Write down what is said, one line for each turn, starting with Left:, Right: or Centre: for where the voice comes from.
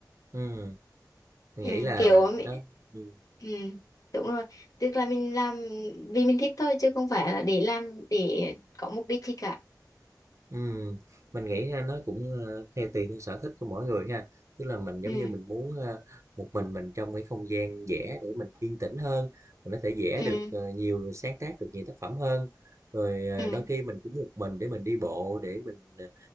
Right: ừm, mình
Left: ừ,
Right: nghĩ là
Left: kiểu ờ, mình-
Right: nó ừm.
Left: ừ, đúng rồi tức là mình làm vì mình thích thôi chứ không phải là để làm để có mục đích gì cả
Right: Ừm, mình nghĩ ha nó cũng, ờ, theo tùy theo sở thích của mỗi người ha. Tức là mình, giống
Left: ừ,
Right: như, mình muốn, ờ, một mình mình trong cái không gian vẽ để mình yên tĩnh hơn, mình có thể vẽ
Left: ừ,
Right: được, ờ, nhiều, sáng tác được nhiều tác phẩm hơn. Rồi, ờ,
Left: ừ,
Right: đôi khi mình cũng một mình để mình đi bộ, để mình, ờ,